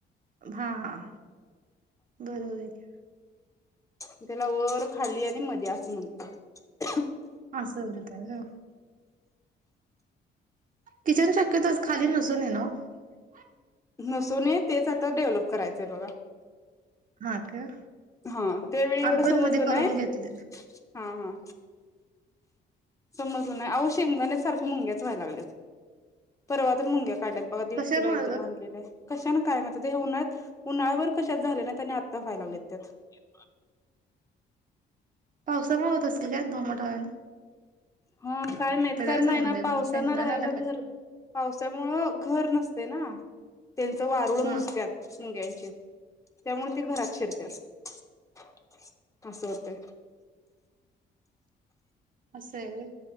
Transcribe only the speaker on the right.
हा,, बरोबर आय कीऽऽ
ह किचन शक्यतो असं खाली नसू नये ना ओ
हा का
आम्ही पण
मध्ये करून
घेतले
कशामुळे
ग
पावसामुळे होत असतील काय,, दमट हवेनं.
त्याला
काय
संबंध
आहे
पण शेंगदाण्याला
काय
हा
असं आह वय